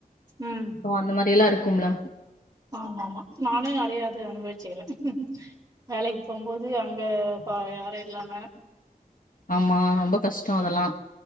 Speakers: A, on the right (about 25°); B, on the left (about 65°).
A: ம்
B: சோ அந்த மாறி எல்லாம் இருக்கும்ல
A: ஆமா ஆமா நானே நிறையா அது அனுபவிச்சக்கிறேன் வேலைக்கு போகும்போது அங்க பா யாரும் இல்லாம
B: ஆமா ரொம்ப கஷ்டம் அதெல்லாம்